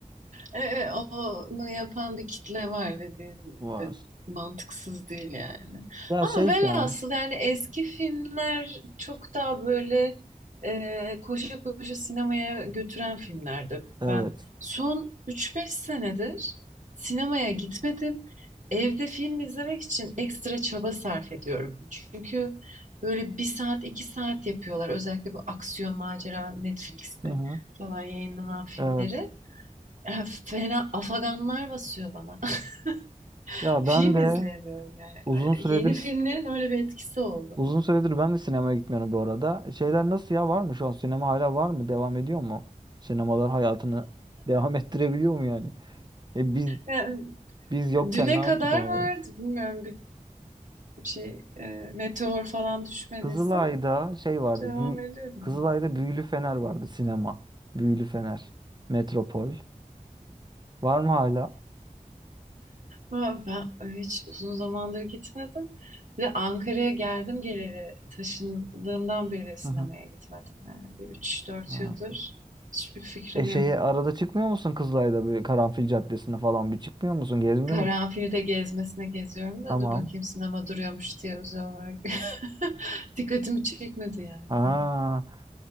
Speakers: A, on the right; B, on the right.
A: Evet, evet, onu yapan bir kitle var dediğin
B: Var.
A: de mantıksız değil yani.
B: Ya
A: Ama
B: şey
A: velhasıl
B: yani.
A: yani eski filmler çok daha böyle e, koşa koşa sinemaya götüren filmlerdi.
B: Evet.
A: Ben son üç beş senedir sinemaya gitmedim. Evde film izlemek için ekstra çaba sarf ediyorum. Çünkü böyle bir saat iki saat yapıyorlar. Özellikle bu aksiyon macera Netflix'te
B: Hı hı.
A: falan yayınlanan filmleri.
B: Evet.
A: E, Fena afaganlar basıyor bana. <laughs>
B: Ya
A: Film
B: ben de
A: izleyemiyorum yani.
B: uzun süredir
A: Yeni filmlerin öyle bir etkisi oldu.
B: uzun süredir ben de sinemaya gitmiyorum bu arada. Şeyler nasıl ya var mı şu an sinema hala var mı? Devam ediyor mu? Sinemalar hayatını <laughs> devam ettirebiliyor mu yani? E biz
A: Yani
B: biz yokken
A: düne
B: ne yaptı
A: kadar
B: sinemalar?
A: vardı. Bilmiyorum bir şey e, meteor falan düşmediyse
B: Kızılay'da şey vardı.
A: devam
B: Bü-
A: ediyor mu?
B: Kızılay'da Büyülü Fener vardı sinema. Büyülü Fener. Metropol. Var mı hala?
A: Ama Ben hiç uzun zamandır gitmedim. Bir de Ankara'ya geldim geleli taşındığımdan beri sinemaya
B: Hı hı.
A: gitmedim. Yani bir 3-4
B: Ha.
A: yıldır hiçbir fikrim
B: E şeye
A: yok.
B: arada çıkmıyor musun Kızılay'da böyle Karanfil Caddesi'ne falan bir çıkmıyor musun? Gezmiyor
A: Karanfilde
B: musun?
A: gezmesine geziyorum da
B: Tamam.
A: dur bakayım sinema duruyormuş diye özel olarak. <laughs> Dikkatimi çekmedi yani.
B: Ha.